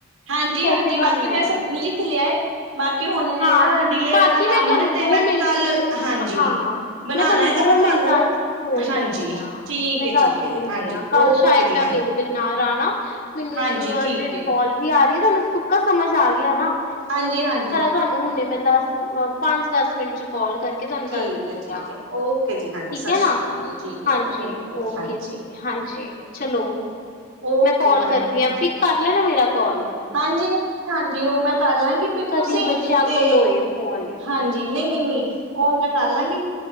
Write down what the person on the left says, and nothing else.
ਕੈਸੇ
ਬਣਨਾ
ਹੈ।
ਹਾਂ
ਬਾਕੀ
ਮੈਂ ਤੁਹਾਨੂੰ
ਦੋ
ਮਿੰਟ
ਚ
ਹਾਂ
ਮੈਂ ਤੁਹਾਨੂੰ
ਦੋ
ਮਿੰਟਾਂ ਚ ਫੋਨ
ਕਰਦੀ ਹਾਂ
ਮੈਂ
ਦੱਸ
ਹੀ
ਦਿੰਦੀ
ਹਾਂ ਕੱਲ
ਸ਼ਾਇਦ
ਮੈਂ ਅਵੇਲੇਬਲ ਨਾ ਰਹਿਣਾ ਮੈਨੂੰ
ਇੱਕ
ਅਰਜੈਂਟ
ਕਾਲ ਵੀ ਆ ਤੁਹਾਨੂੰ ਸੁੱਕਾ ਸਮਝ ਆ ਗਿਆ ਹਨਾ
ਤੁਹਾਨੂੰ ਹੁਣੇ ਮੈਂ ਦਸ ਪੰਜ ਦਸ ਮਿੰਟ ਚ ਕਾਲ ਕਰਕੇ ਤੁਹਾਨੂੰ
ਦੱਸ ਦਿੰਦੀ
ਆ
ਠੀਕ
ਹੈ
ਨਾ
ਹਾਂਜੀ ਓਕੇ
ਜੀ ਹਾਂਜੀ ਚਲੋ
ਮੈਂ ਕਾਲ
ਕਰਦੀ
ਹਾਂ ਪਿਕ ਕਰ ਲਿਆ ਨਾ ਮੇਰਾ ਕਾਲ
ਕਦੀ
ਬੱਚਿਆਂ
ਕੋਲ ਹੋਏ ਫੋਨ